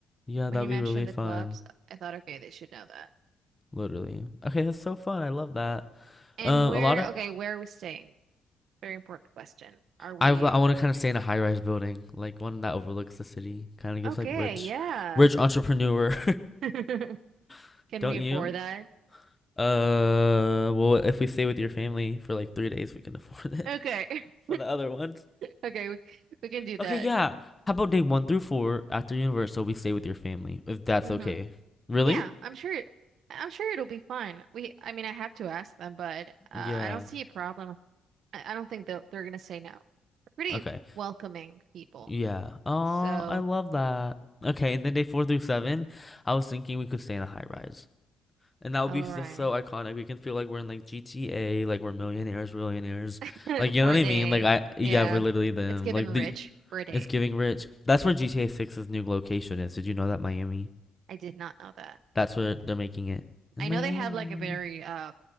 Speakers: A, on the left; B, on the right.
A: Yeah,
B: When
A: that'd
B: you
A: be
B: mentioned
A: really fun.
B: the clubs, I thought, okay, they should know that.
A: Literally. Okay, that's so fun. I love that.
B: And
A: Um,
B: where,
A: a lot of
B: okay, where are we staying? Very important question. Are we
A: I w- I want to kind of stay in a high-rise building, like one that overlooks the city. Kind of gives
B: okay?
A: like rich,
B: Yeah.
A: rich entrepreneur,
B: <laughs>
A: <laughs>
B: Can
A: don't
B: we afford
A: you?
B: that?
A: Uh, well, if we stay with your family for like three days, we can afford it
B: Okay. <laughs>
A: <laughs> for the other ones.
B: Okay, we, we can do that.
A: Okay, yeah. How about day one through four after Universal, we stay with your family, if that's
B: hmm
A: okay. Really?
B: Yeah, I'm sure I'm sure it'll be fine. We I mean, I have to ask them, but uh, I
A: Yeah.
B: don't see a problem. I, I don't think they'll, they're gonna say no. They're pretty
A: Okay.
B: welcoming people.
A: Yeah. Aw,
B: So,
A: I love that. Okay, and then day four through seven, I was thinking we could stay in a high rise. And that would
B: all
A: be so,
B: right.
A: so iconic. We can feel like we're in like GTA, like we're millionaires, millionaires.
B: <laughs>
A: Like you
B: For
A: know what
B: a
A: I
B: day.
A: mean? Like I yeah,
B: Yeah.
A: we're literally them.
B: It's given
A: Like
B: rich
A: the
B: for a day.
A: it's giving rich. That's where GTA six's new location is. Did you know that Miami?
B: I did not know that.
A: That's where they're making it. In
B: I know
A: Miami.
B: they have like a very uh